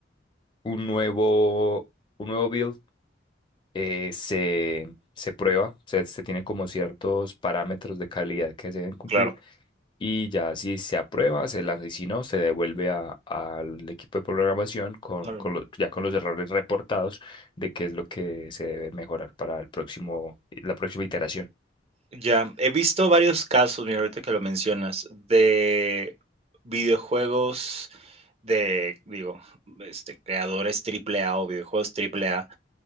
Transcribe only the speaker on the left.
un nuevo, un nuevo build, eh, se, se prueba, se, se tienen como ciertos parámetros de calidad que se deben cumplir
y ya si se aprueba, se lanza y si no, se devuelve a- al equipo de programación con,
con los- ya con los errores reportados de qué es lo que se debe mejorar para el próximo, la próxima iteración.